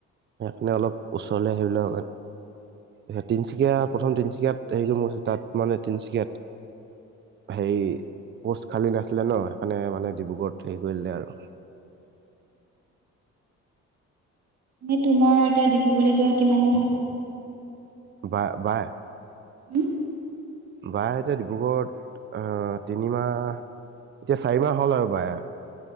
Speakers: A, on the right; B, on the right.
A: সেইকাৰণে অলপ ওচৰলে আহিবলে <unintelligible> তিনিচুকীয়া প্ৰথম তিনচুকীয়াত <unintelligible> তাত মানে তিনিচুকীয়াত হেৰি পোষ্ট খালী নাখ আছিলে ন সেইকাৰণে মানে ডিব্ৰুগড়ত হেৰি কৰিলে আৰু
B: এ তোমাৰ এতিয়া ডিব্ৰুগড়ি যোৱা কিমান দিন হল?
A: বা বাই
B: উম?
A: বাইতে ডিব্ৰুগড়ত তিনিমাহ এতিয়া চাৰি মাহ হ'ল আৰু বাই।